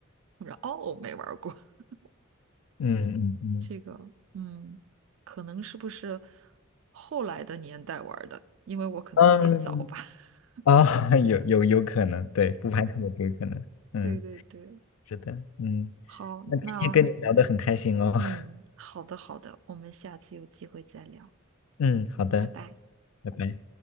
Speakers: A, on the right (about 65°); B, on the left (about 75°).
A: 不知道哦，没玩儿过 <laughs>
B: 嗯嗯嗯
A: 这个。嗯，可能是不是后来的年代玩儿的？因为我可能比你早吧。
B: 嗯
A: <laughs>
B: 啊，<laughs> 有有有可能，对，不排除有这个可能。嗯，
A: 对对对，
B: 是的，嗯，
A: 好，
B: 那今天跟你聊得很开心哦。
A: 那
B: <laughs>
A: 嗯，好的好的，我们下次有机会再聊，
B: 嗯，好的，
A: 拜拜。
B: 拜拜。